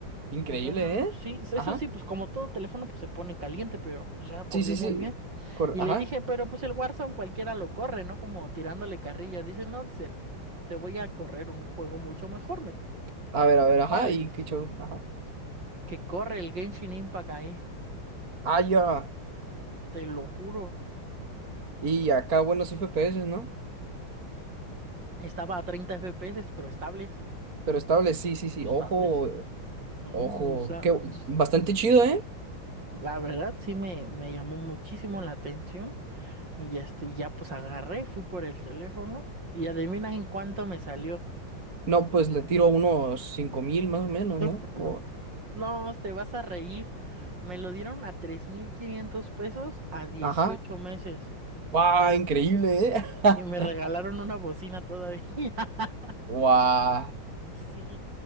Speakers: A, on the right (about 45°); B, on the right (about 60°).
A: Increíble,
B: O sea,
A: ¿eh?
B: sí, eso
A: Ajá.
B: sí, pues como todo teléfono, pues se pone caliente, pero, o sea, corrió
A: Sí, sí,
B: muy
A: sí.
B: bien.
A: Cor-
B: Y
A: ajá.
B: le dije, pero pues el Warzone cualquiera lo corre, ¿no? Como tirándole carrilla. Dice, no, dice, te voy a correr un juego mucho mejor, me dijo.
A: A ver, a ver, ajá.
B: Vale,
A: Y qué Kichou, ajá.
B: que corre el Genshin Impact ahí,
A: Ah, ya.
B: te lo juro.
A: Y acá buenos FPS, ¿no?
B: Estaba a 30 FPS, pero estables,
A: Pero estable, sí, sí, sí.
B: estables.
A: Ojo, eh,
B: Ujú,
A: ojo.
B: O sea,
A: Qué, bu-
B: s-
A: bastante chido, ¿eh?
B: la verdad sí me, me llamó muchísimo la atención y ya, este, ya pues agarré, fui por el teléfono y adivina en cuánto me salió. <sniffs>
A: No, pues le tiro unos 5000 más o menos,
B: <laughs>
A: ¿no? O-
B: No, te vas a reír. Me lo dieron a 3.500 pesos a dieciocho
A: ajá.
B: meses
A: ¡Wow! Increíble, ¿eh? <laughs>
B: y me regalaron una bocina todavía. <laughs>
A: ¡Wow!
B: sí